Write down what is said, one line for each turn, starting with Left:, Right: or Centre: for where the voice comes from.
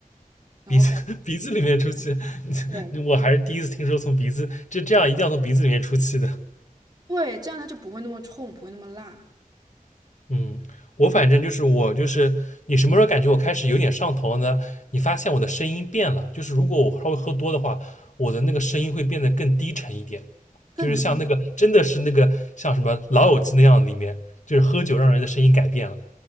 Right: 然后。
Left: 鼻子 <laughs> 鼻子里面出气，<laughs>
Right: 对。
Left: 我还是第一次听说从鼻子这这样一定要从鼻子里面出气的。
Right: 对，这样它就不会那么冲，不会那么辣，
Left: 嗯，我反正就是我就是你什么时候感觉我开始有点上头了呢？你发现我的声音变了，就是如果我稍微喝多的话，我的那个声音会变得更低沉一点，
Right: 更低
Left: 就是像那个真的是那个像什么《老友记》那样，里面就是喝酒让人的声音改变了。